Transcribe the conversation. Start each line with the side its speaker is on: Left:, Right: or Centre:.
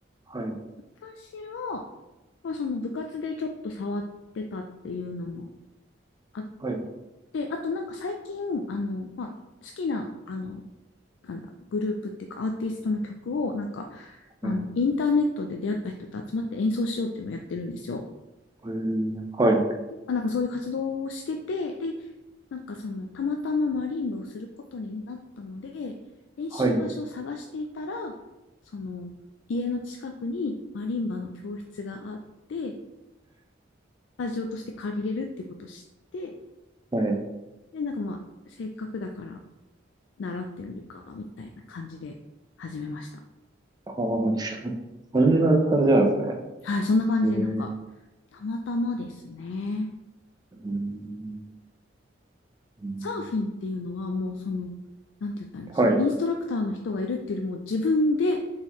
Right: はい、
Left: 私は、まあ、その部活でちょっと触ってたっていうのもあっ
Right: はい、
Left: て、あとなんか最近、あの、まあ、好きな、あの、なんだろう、グループっていうかアーティストの曲を、なんか、
Right: はい、
Left: あの、インターネットで出会った人と集まって演奏しようっていうのをやってるんですよ。
Right: えーはい、
Left: あなんかそういう活動をしてて、で、なんかその、たまたまマリンバをすることになったので、練習場所を探していたら、
Right: はい、
Left: その、家の近くにマリンバの教室があって、スタジオとして借りれるってことを知って、
Right: はい。
Left: で、なんかまあ、せっかくだから習ってみるか、みたいな感じで始めました。
Right: ああ、<laughs> そんな感じなんですね。
Left: はい、そんな感じで、
Right: え
Left: なんか、たまたまですね。
Right: うーんうーん
Left: サーフィンっていうのはもうその、なんて言ったらいいんだ、
Right: はい、
Left: そのインストラクターの人がいるっていうよりも自分で